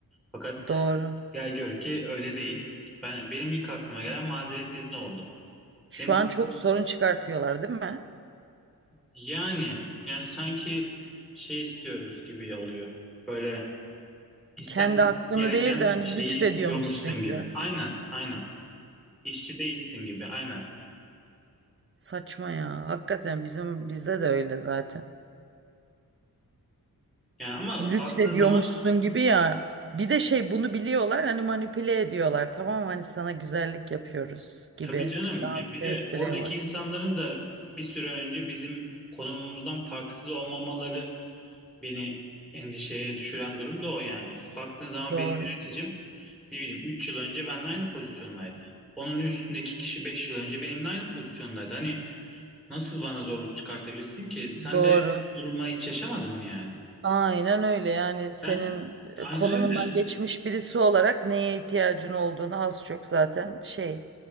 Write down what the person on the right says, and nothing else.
Doğru.
Şu
an çok sorun çıkartıyorlar değil mi?
Kendi hakkını
değil de hani
lütfediyormuşsun
gibi.
Saçma ya. Hakikaten bizim bizde de öyle zaten.
Lütfediyormuşsun
gibi ya. Bir de şey bunu biliyorlar hani manipüle ediyorlar. Tamam mı? hani sana güzellik yapıyoruz gibi
dans
ettiriyorlar.
Doğru.
Doğru.
Aynen öyle yani senin
e,
konumundan
geçmiş birisi olarak neye ihtiyacın olduğunu az çok zaten şey